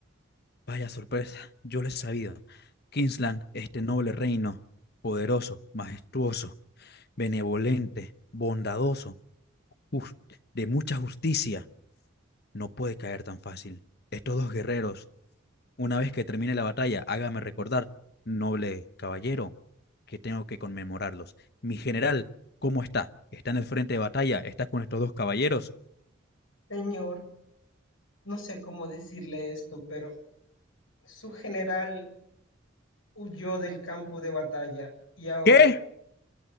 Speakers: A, on the left (about 55°); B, on the left (about 80°).
A: vaya sorpresa, yo lo he sabido. Kingsland, este noble reino, poderoso, majestuoso, benevolente, bondadoso, just- de mucha justicia, no puede caer tan fácil. Estos dos guerreros Una vez que termine la batalla, hágame recordar, noble caballero, que tengo que conmemorarlos. Mi general, ¿cómo está? ¿Está en el frente de batalla? ¿Está con estos dos caballeros?
B: Señor, no sé cómo decirle esto, pero su general huyó del campo de batalla y ahora,
A: ¿Qué?